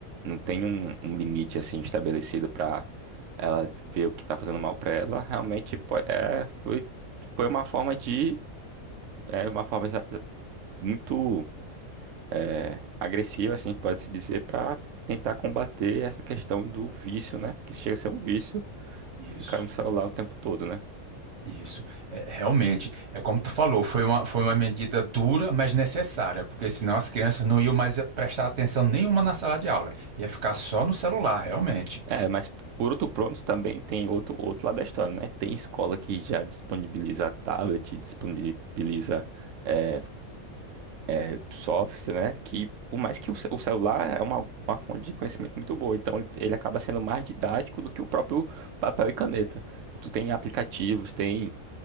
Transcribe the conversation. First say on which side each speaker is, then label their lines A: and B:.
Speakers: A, on the right; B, on the right.
A: não tem um, um limite, assim, estabelecido para ela vê o que tá fazendo mal pra ela, realmente po- é, foi, foi uma forma de, é, uma forma exa- exa- muito é, agressiva, assim, pode-se dizer, pra tentar combater essa questão do vício, né? Que chega a ser um vício,
B: Isso.
A: ficar no celular o tempo todo, né?
B: Isso, é, realmente, é como tu falou, foi uma, foi uma medida dura, mas necessária, porque senão as crianças não iam mais prestar atenção nenhuma na sala de aula, ia ficar só no celular, realmente.
A: É, mas por outro pronto também tem outro, outro lado da história, né? Tem escola que já disponibiliza tablet, disponibiliza é, é, softwares, né? Que por mais que o, ce- o celular é uma, uma fonte de conhecimento muito boa, então ele, ele acaba sendo mais didático do que o próprio papel e caneta. Tu tem aplicativos, tem.